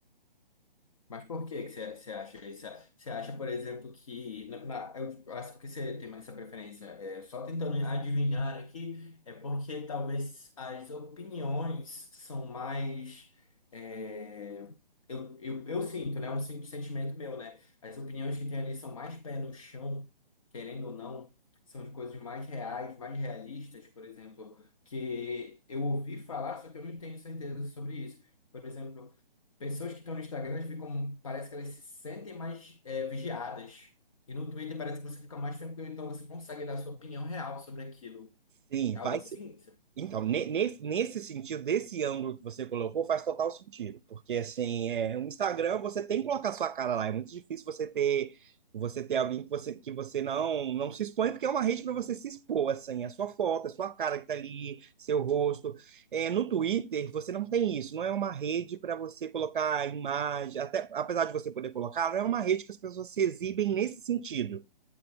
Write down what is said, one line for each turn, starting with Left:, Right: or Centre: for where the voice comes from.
Left: Mas por que que você você acha isso? Você acha, por exemplo, que. Na, na- eu acho porque você tem essa preferência. É, só tentando adivinhar aqui, é porque talvez as opiniões são mais. é, eu, eu, eu sinto, né? Um sen- sentimento meu, né? As opiniões que tem ali são mais pé no chão, querendo ou não, são de coisas mais reais, mais realistas, por exemplo, que eu ouvi falar, só que eu não tenho certeza sobre isso. Por exemplo. Pessoas que estão no Instagram, elas ficam, parece que elas se sentem mais é, vigiadas. E no Twitter parece que você fica mais tranquilo, então você consegue dar a sua opinião real sobre aquilo.
Right: Sim,
Left: É algo
Right: vai
Left: assim?
Right: ser. Então, ne- nesse, nesse sentido, desse ângulo que você colocou, faz total sentido. Porque, assim, é, o Instagram, você tem que colocar sua cara lá. É muito difícil você ter você ter alguém que você, que você não, não se expõe, porque é uma rede para você se expor, assim. A sua foto, a sua cara que tá ali, seu rosto. É, no Twitter, você não tem isso. Não é uma rede para você colocar a imagem. Até, apesar de você poder colocar, não é uma rede que as pessoas se exibem nesse sentido.